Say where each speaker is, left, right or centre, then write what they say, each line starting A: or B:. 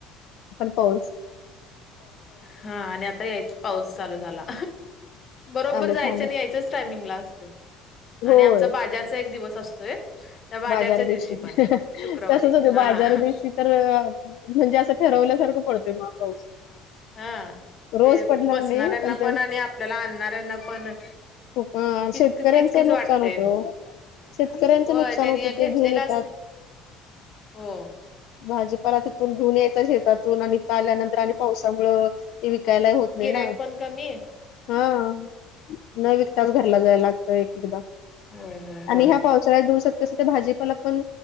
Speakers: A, on the left (about 60°); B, on the left (about 25°).
A: हो
B: हा आणि आता यायचं पाऊस चालू झाला बरोबर
A: आले
B: जायचं
A: थांबून
B: आणि यायचच टायमिंगला असते.
A: होय
B: आणि आमचा बाजारचा एक दिवस असतोय. त्या बाजारच्या
A: बाजार दिवशी
B: पण
A: तसच
B: शुक्रवारी
A: होते
B: हा
A: बाजार दिवशी तर म्हणजे असं ठरवल्यासारखं पडतोय मग पाऊस
B: हा
A: रोज
B: ते
A: पडणार
B: बसणाऱ्यांना
A: नाही ते
B: पण आणि आपल्याला आणणाऱ्यांना पण
A: <unintelligible>
B: किचकिच
A: शेतकऱ्यांचं
B: किचकीच
A: नुकसान
B: वाटतय
A: होत हो शेतकऱ्यांच
B: होय
A: नुकसान
B: त्यांनी
A: ते
B: घेतलेलं
A: घेऊन येतात
B: असते हो.
A: भाजीपाला तिथून धुन यायचा शेतातून आणि त आल्यानंतर आणि पावसामुळ ते विकायलाही होत नाही
B: गिरायक
A: ना
B: पण कमी
A: हा न विकताच घरला जाय लागतं एक एकदा
B: होय होय होय
A: आणि ह्या पावसाळ्यात दिवसात कसं ते भाजीपाला पण